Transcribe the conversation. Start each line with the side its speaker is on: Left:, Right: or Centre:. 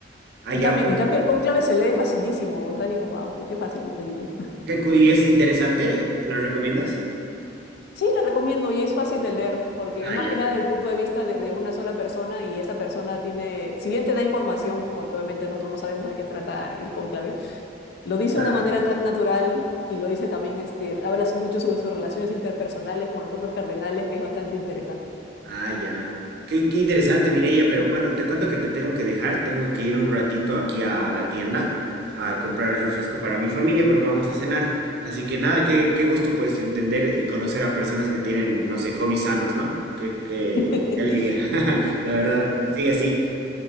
Right: Ah,
Left: En
Right: ya,
Left: cambio,
Right: pues,
Left: en cambio el Cónclave se lee facilísimo, o sea, dijo, wow, qué, qué fácil este libro.
Right: ¿qué cu- y es interesante? ¿Lo recomiendas?
Left: Sí, la recomiendo y es fácil de leer porque
Right: Ah,
Left: es más
Right: ya,
Left: que nada del punto de vista desde una sola persona y esa persona tiene, si bien te da información, porque obviamente nosotros no sabemos de qué trata el cónclave, lo dice
Right: claro.
Left: de una manera tan natural y lo dice también, este, habla mucho sobre sus relaciones interpersonales con los otros cardenales, que es bastante interesante.
Right: Ah, ya. Qué, qué interesante, Mireia, pero bueno, te cuento que te tengo que dejar, tengo que ir un ratito aquí a la tienda a comprar refresco para mi familia porque vamos a cenar. Así que nada, qué, qué gusto pues entender y conocer a personas que tienen, no sé, hobbies sanos, ¿no? Qué, qué,
Left: <laughs>
Right: qué alegría. <laughs> La verdad, sigue así.